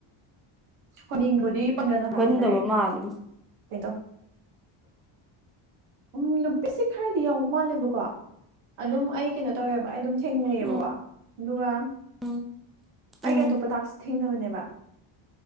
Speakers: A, on the right; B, in the centre.
A: ꯍꯅꯤꯡꯕꯨꯗꯤ ꯄꯪꯒꯅꯣ ꯍꯥꯏꯕꯃꯦꯅꯤ
B: ꯀꯟꯗꯕ
A: ꯗꯥꯏꯔꯦꯛ
B: ꯃꯥꯜꯂꯦ
A: ꯀꯩꯩꯅꯣ ꯎꯝ ꯅꯨꯄꯤꯁꯦ ꯈꯔꯗꯤ ꯌꯥꯎ ꯃꯥꯜꯂꯦꯕꯀꯣ ꯑꯗꯨꯝ ꯑꯩ ꯀꯩꯅꯣ ꯇꯧꯋꯦꯕ ꯑꯩ ꯑꯗꯨꯝ ꯊꯦꯡꯅꯩꯌꯦꯕꯀꯣ
B: ꯎꯝ
A: ꯑꯗꯨꯒ
B: ꯎꯝ
A: ꯑꯩꯒꯤ
B: ꯎꯝ
A: ꯑꯇꯣꯞꯄ ꯇꯥꯛꯁ ꯊꯦꯡꯅꯕꯅꯦꯕ